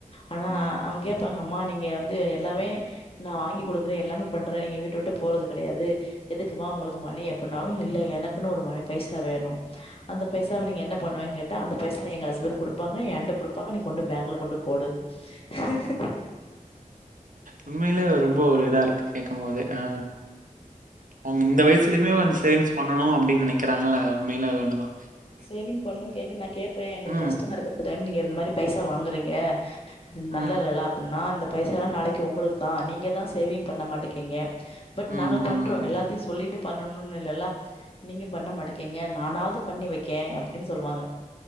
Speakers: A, on the left; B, on the right.
A: ஆனா
B: ம்
A: அங்க கேடப்பாங்க அம்மா நீங்க வந்து எல்லாமே நான் வாங்கி கொடுக்குறேன் எல்லாமே பண்றேன் நீங்க வீட்ட விட்டு போறது கெடையாது எதுக்கும்மா உங்களுக்கு மணி எப்பன்னாலும் இல்ல எனக்குன்னு ஒரு மணி பைசா வேணும் அந்த பைசாவ நீங்க என்ன பண்ணுவேங்க கேட்ட அந்த பைசா எங்க ஹஸ்பண்ட் குடுப்பாங்க என் எனிட்ட குடுப்பாங்க நீ கொண்டு பேங்க்ல கொண்டு போடு <unintelligible>
B: உண்மைலே
A: இந்த
B: ரொம்ப
A: மாரி தான்
B: ஒரு இதா இருக்கு கேக்கும் போது அ அவங்க இந்த வயசுலுமே வந்து சேவி்ஸ் பண்ணும்அப்டி நெனைக்கிறாங்களல்ல உண்மைலே அது ஒண்னு தா
A: சேவிங் பண்ணும் கே நா கேப்பே எங்களுக்கு
B: ம். ம்.
A: கஷ்டமா இருக் டைம் நீங்க இந்த மாரி பைசா வாங்குறீங்க இது
B: ம்.
A: நல்ல இல்லல அப்டின்னா இந்த பைசா நாளைக்கு உங்களுக்கு தான் நீங்க தான் சேவிங் பண்ண மாட்டேக்கீங்க பட்
B: ம்.
A: நாங்க பண் ட்ரு
B: ம்
A: எல்லாத்தையும் சொல்லிட்டு பண்ணணும்னு இல்ல நீங்க பண்ண மட்டக்கேங்க நானாது பண்ணி வைக் கேன் அப்டி சொல்லுவாங்க